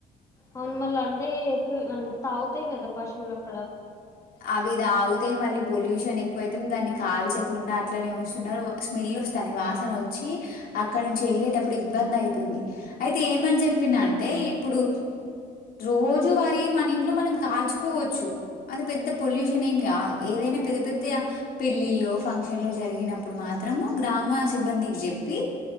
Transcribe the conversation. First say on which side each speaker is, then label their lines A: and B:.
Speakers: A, on the left; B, on the left.
A: అవున్ మళ్ళ అంటే ఎద్ అ తాగుతయి అదా పశువులక్క
B: అవి దాగుతే మళ్ళ పొల్యూషన్ ఎక్కువ అైతుంది దాన్ని కాల్చయకుండా అట్లనే వస్తున్నారు స్మెల్ వస్తుంది వాసన వచ్చి అక్కడ నుంచి వెళ్ళేటప్పుడు ఇబ్బంది అవుతుంది అయితే ఏమని చెప్పిన అంటే ఇప్పుడు రోజు వారి మన ఇంట్లో మనం కాల్చుకోవచ్చు అది పెద్ద పొల్యూషన్ ఏమి కాదు ఏదైనా పెద్ద పెద్ద గ పెళ్ళిలో ఫంక్షన్ లో జరిగినప్పుడు మాత్ త్రము గ్రామ సిబ్బందికి చెప్పి